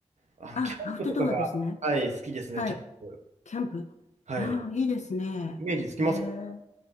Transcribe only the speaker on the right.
あ、
キャンプとかが、
はい、好きですね、
キャンプ。
はい。
イメージつきますか